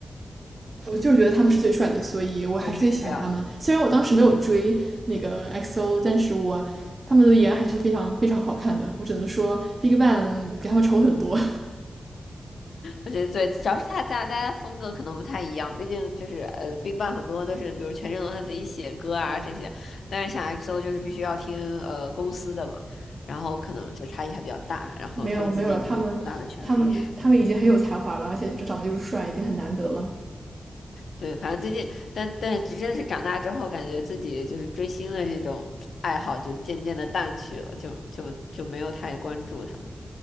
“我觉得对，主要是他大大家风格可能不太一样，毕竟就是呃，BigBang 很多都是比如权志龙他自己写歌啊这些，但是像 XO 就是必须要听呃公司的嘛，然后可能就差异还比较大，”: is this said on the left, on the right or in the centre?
Left